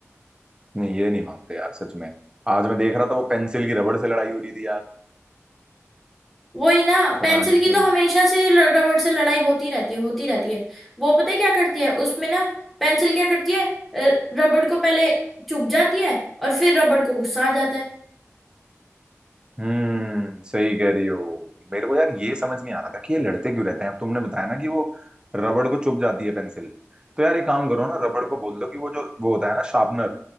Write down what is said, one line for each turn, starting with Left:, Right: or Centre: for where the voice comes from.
Right: नहीं ये नहीं मानते यार सच में आज मैं देख रहा था वो पेंसिल की रबड़ से लड़ाई हो रही थी यार
Centre: वही ना
Right: पता
Centre: पेंसिल
Right: नहीं
Centre: की
Right: क्यों
Centre: तो हमेशा से ल- रबड़ से लड़ाई होती रहती है होती रहती है वो पता है क्या करती है उसमें ना पेंसिल क्या करती है अ, रबड़ को पहले चुभ जाती है और फिर रबड़ को गुस्सा आ जाता है
Right: हम्म सही कह रही हो मेरे को यार ये समझ नहीं आ रहा था कि ये लड़ते क्यों रहते हैं अब तुमने बताया ना कि वो रबड़ को चुभ जाती है पेंसिल तो यार एक काम करो ना रबड़ को बोल दो कि वो जो वो होता है ना शार्पनर